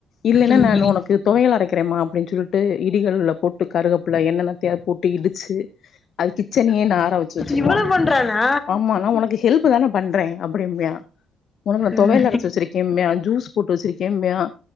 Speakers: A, on the left; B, on the left.
A: இல்லன்னா
B: ம்
A: நா
B: ம்
A: உனக்கு தொவையல் அரைக்கிறேம்மா அப்டின் சொல்லிட்டு இடிகள்ல போட்டு கருவேப்பில எண்ணெ எண்ணெத்தையோ போட்டு இடிச்சு அது கிச்சனையே நார வெச்சு வெச்சிருவா
B: இவ்வளவு பண்றானா
A: ஆமா நா உனக்கு ஹெல்ப் தானே பண்றே அப்டிம்பா உனகு நா
B: ம்
A: தொவையல் அரைச்சு வெச்சிருக்கேம்பே அ ஜீஸ் போட்டு வெச்சிருக்கேன்ம்பா